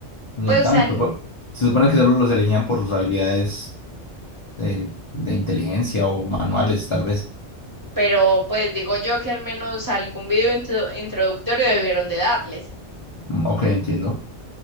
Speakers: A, on the left (about 50°); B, on the right (about 20°).
A: Ni
B: Pues,
A: tanto.
B: o sea, n-
A: por- Se supone que solo los elegían por sus habilidades eh, de inteligencia o manuales, tal vez.
B: pero pues digo yo que al menos algún video intro- introductorio debieron de darles.
A: Mm, Ok, entiendo.